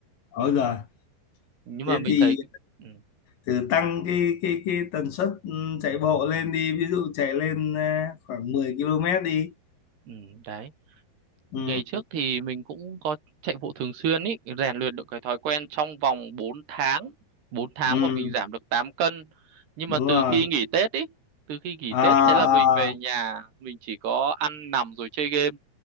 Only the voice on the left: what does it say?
ôi giời
thế
thì
thử tăng cái cái cái tần suất ừ, chạy bộ lên đi ví dụ chạy lên à, khoảng 10 km đi
ừ.
ừ
đúng
rồi
à,
à,